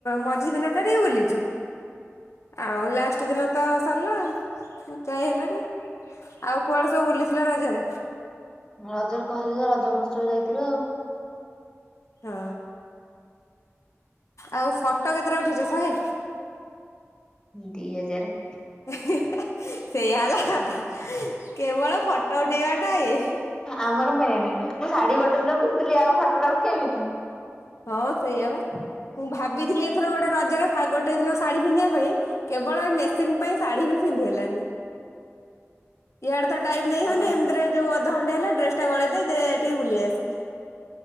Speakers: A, on the left; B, on the left.
A: ମଝି ଦିନ ଟା ରେ ବୁଲିଛୁ। ଆଉ ଲାଷ୍ଟ ଦିନ ତ ସରିଲା ଆଉ। ଯାଇ ହେଲାନି ଆଉ କୁଆଡେ ସବୁ ବୁଲିଥିଲ ରଜରେ?
B: ରଜରେ କହିଲି ତ ରଜ ମହୋତ୍ସବ ଯାଇଥିଲୁ ଆଉ।
A: ହଁ। ଆଉ ଫଟୋ କେତେଟା ଉଠେଇଛ? ଶହେ।
B: ଦି ହଜାରେ।
A: ହେ, ହେ, ସେଇଆ ହେଲା କଥା କେବଳ ଫଟୋ ଉଠେଇବାଟା ଇଏ।
B: ଆମର ମେନ୍। ମୁଁ ଶାଢୀ ଗୋଟେ ଦିନ ପିନ୍ଧିଥିଲି ଆଉ ଫଟୋଟା ଉଠେଇବିନି।
A: ହଁ ସେଇଆ ବା। ମୁଁ ଭାବିଥିଲି ଏଥର ଗୋଟେ ରଜରେ ଗୋଟେ ଦିନ ଶାଢୀ ପିନ୍ଧିବା ପାଇଁ। କେବଳ ଏ ମେସିନ ପାଇଁ ଶାଢୀ ବି ପିନ୍ଧି ହେଲାନି। ଇଆଡେ ତ ଟାଇମ୍ ଦେଇ ହଉନି।
B: ଓହୋ
A: ଏମିତିରେ ଯୋଉ ଅଧଘଣ୍ଟେ ହେଲା ଡ୍ରେସ ଟା ଗଳେଇଦେ ଦେଟିକେ ବୁଲି ଆସେ।